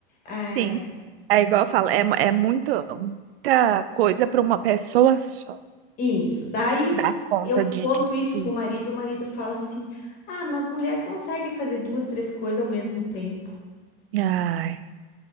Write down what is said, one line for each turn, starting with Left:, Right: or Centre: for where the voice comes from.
Left: é,
Right: Sim. É igual eu falo, é, mu- é muito, muita coisa para uma pessoa só
Left: isso. Daí
Right: dar conta
Left: eu
Right: de,
Left: conto
Right: de
Left: isso
Right: tudo.
Left: pro marido, o marido fala assim: Ah, mas mulher consegue fazer duas, três coisas ao mesmo tempo.
Right: Ai,